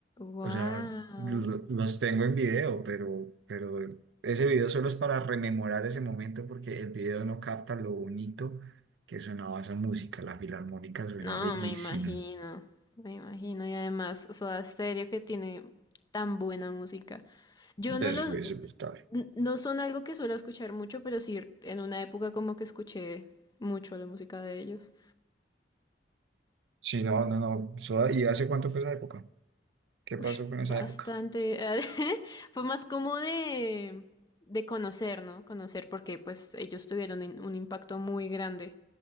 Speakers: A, on the left (about 20°); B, on the right (about 80°).
A: Wow.
B: O sea, lo- los tengo en video, pero, pero ese video solo es para rememorar ese momento porque el video no capta lo bonito que sonaba esa música. La Filarmónica suena
A: No,
B: bellísimo.
A: me imagino, me imagino. Y además, Soda Stereo que tiene tan buena música. Yo
B: de
A: no los,
B: hubiese pues claro.
A: n- no son algo que suelo escuchar mucho, pero sí en una época como que escuché mucho la música de ellos.
B: Sí, no, no, no. Soda- ¿Y hace cuánto fue esa época? ¿Qué
A: Ush,
B: pasó con esa
A: bastante.
B: época?
A: <laughs> Fue más como de, de conocer, ¿no? Conocer porque pues ellos tuvieron un un impacto muy grande